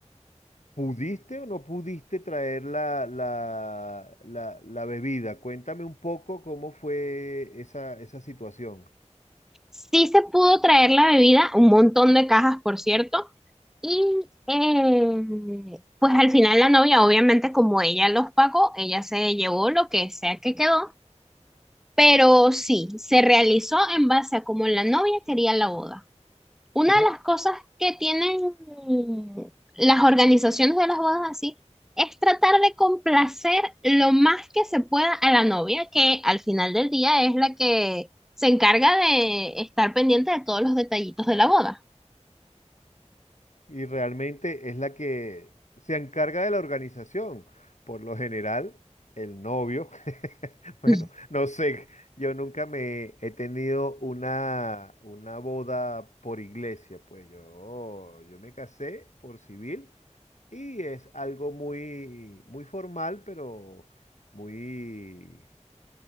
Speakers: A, on the left (about 75°); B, in the centre.
A: ¿pudiste o no pudiste traer la, la, la, la bebida? Cuéntame un poco cómo fue esa, esa situación.
B: Sí se pudo traer la bebida, un montón de cajas, por cierto, y eh, pues al final la novia, obviamente como ella los pagó, ella se llevó lo que sea que quedó, pero sí, se realizó en base a como la novia quería la boda. Una
A: Fija-
B: de las cosas que tienen mm, las organizaciones de las bodas así es tratar de complacer lo más que se pueda a la novia, que al final del día es la que se encarga de estar pendiente de todos los detallitos de la boda.
A: y realmente es la que se encarga de la organización. Por lo general, el novio, <laughs> bueno,
B: <laughs>
A: no sé, yo nunca me he tenido una, una boda por iglesia, pues yo, yo me casé por civil y es algo muy, muy formal, pero muy,